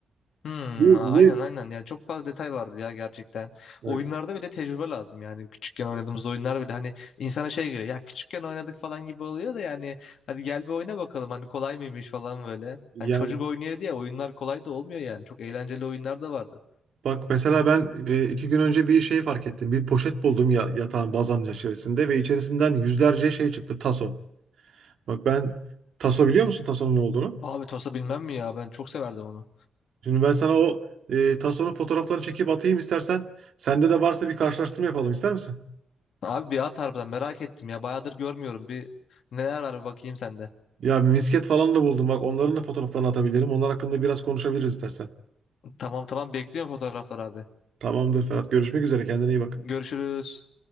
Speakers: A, on the left; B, on the right.
A: Hmm,
B: Bu
A: a-
B: niye?
A: aynen aynen yani çok fazla detay vardı ya gerçekten.
B: Evet.
A: Oyunlarda bile tecrübe lazım yani küçükken oynadığımız oyunlar bile hani insana şey geliyor ya küçükken oynadık falan gibi oluyor da yani hadi gel bir oyna bakalım hani kolay mıymış falan böyle.
B: Yani
A: Hani çocuk oynuyor diye oyunlar kolay da olmuyor yani çok eğlenceli oyunlar da vardı.
B: bak mesela ben e, iki gün önce bir şey fark ettim. Bir poşet buldum ya yatağın bazanın içerisinde ve içerisinden yüzlerce şey çıktı taso. Bak ben taso biliyor musun tasonun ne olduğunu?
A: Abi Tosa bilmem mi ya ben çok severdim onu.
B: Şimdi ben sana o e, Tason'un fotoğraflarını çekip atayım istersen. Sende de varsa bir karşılaştırma yapalım ister misin?
A: Abi bir at harbiden merak ettim ya bayağıdır görmüyorum bir neler var bir bakayım sende.
B: Ya bir misket falan da buldum bak onların da fotoğraflarını atabilirim. Onlar hakkında biraz konuşabiliriz istersen.
A: Tamam tamam bekliyorum fotoğraflar abi.
B: Tamamdır Ferhat. Görüşmek üzere. Kendine iyi bak.
A: Görüşürüz.